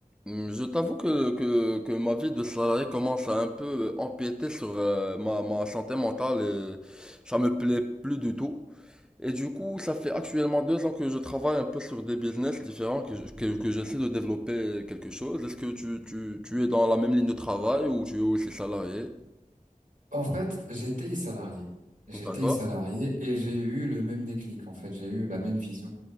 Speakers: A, in the centre; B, on the right.
A: Hum, Je t'avoue que, que, que ma vie de salarié commence à un peu euh, empiéter sur euh, ma, ma santé mentale et ça me plaît plus du tout. Et du coup, ça fait actuellement deux ans que je travaille un peu sur des business différents, que, je- que, que j'essaie de développer quelque chose. Est-ce que tu, tu, tu es dans la même ligne de travail ou tu es aussi salarié?
B: En fait, j'étais salarié. J'étais
A: D'accord.
B: salarié et j'ai eu le même déclic, en fait. J'ai eu la même vision.